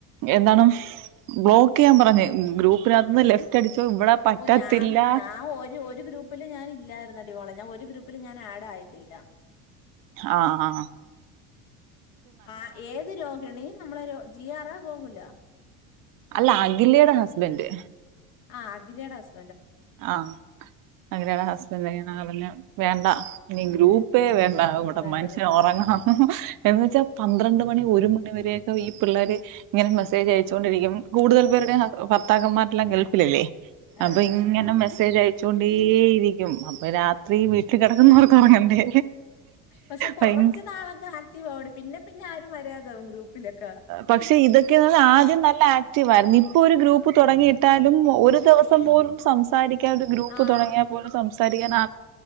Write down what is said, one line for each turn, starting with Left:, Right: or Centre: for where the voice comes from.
Right: എന്താണ് ബ്ലോക്കെയ്യാൻ പറഞ്ഞ് ഗ്രൂപ്പിനാത്തന്ന്‌ ലെഫ്റ്റടിച് തും ഇവടെ പറ്റത്തില്ല
Left: ഓ ഞാൻ ഞാൻ ഒരു ഒരു ഗ്രൂപ്പില് ഞാൻ ഇല്ലായിരുന്നെടി മോളെ ഞാൻ ഒരു ഗ്രൂപ്പിലും ഞാൻ ആഡ് ആയിട്ടില്ല.
Right: ആ ആഹാ
Left: ആ ഏത് രോഹിണി നമ്മളെരു ജി ആറാ ഗോകൂല
Right: അല്ല അഖിലേടെ ഹസ്ബെൻഡ്.
Left: ആ അഖിലേടെ ഹസ്
Right: ആ അഖിലേടെ ഹസ്ബൻഡിങ്ങനെ പറഞ്ഞു വേണ്ട ഇനി ഗ്രൂപ്പേ വേ ണ്ട ഇവടെ
Left: വേണ്ടത്
Right: മനുഷ്യന്
Left: പറഞ്ഞ്
Right: ഒറങ്ങണന്ന് എന്നു വെച്ചാ പന്ത്രണ്ട് മണി ഒരു മണി വരെ ഈ പിള്ളേര് ഇങ്ങനെ മെസ്സേജ് അയച്ചോണ്ടിരിക്കും കൂടുതൽ പേരുടെ ഹസ് ഭർത്താക്കന്മാരെല്ലാം ഗൾഫിലല്ലേ.
Left: ആ
Right: അപ്പൊ ഇങ്ങനെ
Left: ആ ആ
Right: മെസ്സേജ് അയച്ചൊണ്ടേയിരിക്കും അപ്പ രാത്രി വീട്ടികെടക്കുന്നോർ ക്കൊറങ്ങണ്ടേ
Left: പക്ഷെ കുറച്ച്
Right: ഭയ്
Left: നാളൊക്കെ ആക്റ്റീവ് ആവും പിന്നെ പിന്നെ ആരും വരാതാവും ഗ്രൂപ്പിലൊക്കെ
Right: പക്ഷെ ഇതക്കെന്നറിഞ്ഞ ആദ്യം നല്ല ആ റ്റിവാര്ന്ന്‌ ഇപ്പൊരു ഗ്രൂപ്പ് തൊടങ്ങിയിട്ടാലും ഒരു ദിവസം പോലും സംസാരി ക്കാതെ ഗ്രൂപ്പ്
Left: ആ
Right: തൊടങ്ങിയ പോലും സംസാരിക്കാനാർ